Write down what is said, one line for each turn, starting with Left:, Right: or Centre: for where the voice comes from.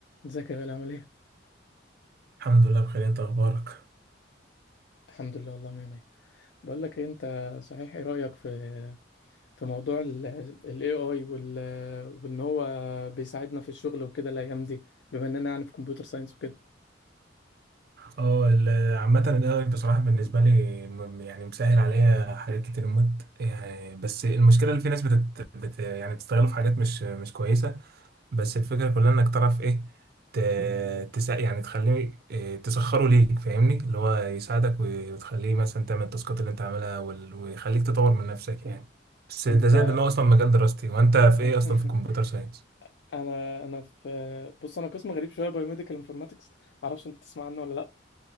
Left: ازيك يا غالي عامل ايه؟
Right: الحمد لله بخير انت اخبارك
Left: الحمد لله والله مية مية بقول لك ايه انت صحيح ايه رأيك في في موضوع ال ال AI وال وان هو بيساعدنا في الشغل وكده الايام دي بما اننا يعني في كمبيوتر ساينس وكده
Right: اه ال- عامة الاي بصراحة بالنسبة لي م- يعني مسهل عليا حاجات كتير موت يعني بس المشكلة اللي في ناس بتت بت يعني بتستغله في حاجات مش مش كويسة بس الفكرة كلها انك تعرف ايه ت... تس يعني تخليه اه، تسخره ليك فاهمني اللي هو يساعدك و- وتخليه مثلا تعمل التاسكات اللي انت عاملها وال- ويخليك تطور من نفسك يعني بس
Left: انت
Right: ده زائد ان هو اصلا مجال دراستي وانت في
Left: <laughs>
Right: ايه اصلا في كمبيوتر ساينس
Left: انا انا في بص انا قسم غريب شوية بايوميديكال انفورماتكس معرفش انت تسمع عنه ولا لا